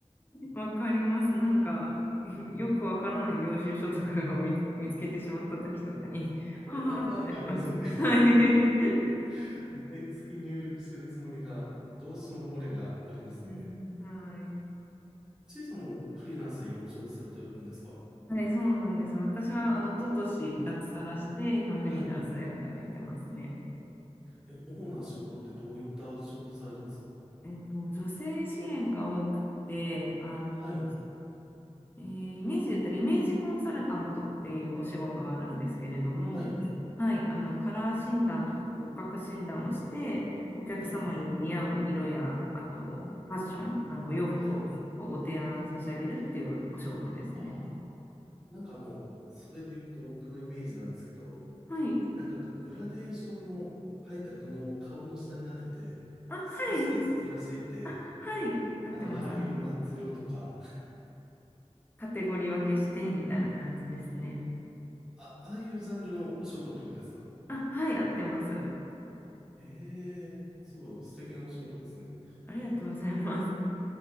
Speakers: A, on the left; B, in the centre.
A: わかります。なんか、<laughs> よくわからない領収書とかを見、見つけてしまった時とかに、
B: これなんだとかありますよね。
A: <laughs> はーってなります。<laughs> はい。
B: <laughs> 毎月入力してるつもりが、どうしても漏れがありますね。
A: <laughs> うん、はい。
B: ちいさんもフリーランスで今お仕事されてるんですか
A: はい、そうなんです。私は、あの、一昨年脱サラして、今、フリーランスで働いてますね。
B: はい。え、主な仕事ってどういった仕事されてます
A: えっと、女性支援が多くて、あの、
B: はい。
A: えーイメージだったらイメージコンサルタントっていうお仕事があるんですけれども、
B: はい。
A: はい、あのカラー診断とか骨格診断をして、お客様に似合う色や、
B: はい。
A: あとファッション、あのお洋服をこうご提案差し上げるっていうお仕事ですね。
B: はい。ああ。なんかあの、それで言うと僕のイメージなんですけど、
A: はい。
B: なんかあの、グラデーションの入った布を顔の下に当てて、
A: あ、
B: 少しずつずらしていって、
A: はい。あ、はい。合ってます、
B: あの、春色、
A: 合ってます。
B: 夏色とか、
A: カテゴリー分けしてみたいな感じですね。
B: あ、ああいうジャンルのお仕事ってことですか
A: あ、はい、合ってます。
B: ええ、すごい素敵なお仕事ですね。
A: ありがとうございます。